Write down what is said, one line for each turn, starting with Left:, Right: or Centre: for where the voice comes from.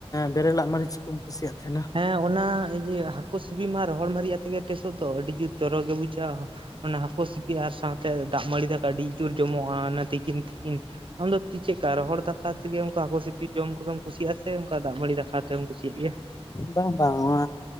Left: ᱵᱮᱨᱮᱞᱟᱜ ᱢᱟᱹᱨᱤᱪ ᱠᱚᱢ ᱠᱩᱥᱤᱭᱟᱜ ᱛᱟᱦᱮᱱᱟ
Right: ᱦᱮᱸ ᱚᱱᱟ ᱤᱡᱟᱹ ᱦᱟᱹᱠ ᱦᱟᱠᱳ <inaudible> ᱥᱤᱵᱤ ᱢᱟ ᱨᱚᱦᱚᱲ ᱢᱟᱹᱨᱤᱡ ᱟᱛᱮᱜ ᱜᱮ ᱴᱮᱥᱚᱜ ᱫᱚ ᱟᱹᱰᱤ ᱡᱩᱛ ᱪᱚᱨᱚᱠ ᱜᱮ ᱵᱩᱡᱷᱟᱹᱜᱼᱟ᱾ ᱚᱱᱟ ᱦᱟᱹᱠᱩ ᱥᱤᱯᱤ ᱟᱨ ᱥᱟᱶᱛᱮ ᱫᱟᱜ ᱢᱟᱹᱲᱤ ᱫᱟᱠᱟ ᱟᱹᱰᱤ ᱡᱳᱨ ᱡᱚᱢᱚᱜᱼᱟ ᱚᱱᱟ ᱛᱤᱠᱤᱱ ᱛᱤᱠᱤᱱ ᱟᱢᱫᱚ ᱪᱮᱫᱠᱟ ᱨᱚᱦᱚᱲ ᱫᱟᱠᱟ ᱛᱮᱜᱮ ᱚᱱᱠᱟ ᱦᱟᱹᱠᱩ ᱥᱤᱯᱤ ᱡᱚᱢ ᱠᱚᱫᱚᱢ ᱠᱩᱥᱟᱜᱼᱟ ᱥᱮ ᱚᱱᱠᱟ ᱫᱟᱜ ᱢᱟᱹᱲᱤ ᱫᱟᱠᱟ ᱠᱟᱛᱮᱢ ᱠᱩᱥᱤᱭᱟᱜ ᱜᱮᱭᱟ
Left: ᱵᱟᱝ ᱵᱟᱝ ᱚᱱᱟ